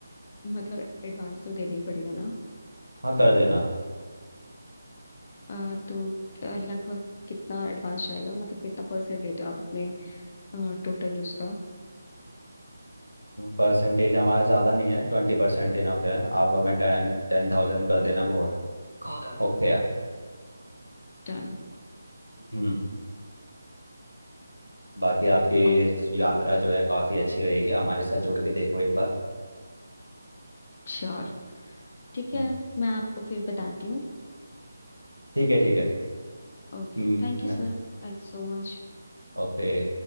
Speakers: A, on the left (about 35°); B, on the left (about 90°).
A: मतलब एडवांस तो देना ही पड़ेगा ना?
B: हाँ कर देना
A: आ, तो आ, लगभग कितना एडवांस जाएगा मतलब कितना परसेंट लेते हो आप अपने टोटल उसका
B: परसेंटेज हमारा ज़्यादा नहीं है ट्वेंटी परसेंट इनफ है आप हमें टेन टेन थाउजेंड कर देना बहुत ओके
A: डन
B: हम्म बाकी आपकी
A: ओ
B: यात्रा जो है काफ़ी अच्छी रहेगी हमारे साथ जुड़ के देखो एक बार
A: श्योर <laughs> ठीक
B: हम्म,
A: है मैं आपको फिर बताती हूँ
B: ठीक है ठीक है
A: Okay
B: हम्म,
A: thank you
B: मैं
A: sir thank you so much
B: ओके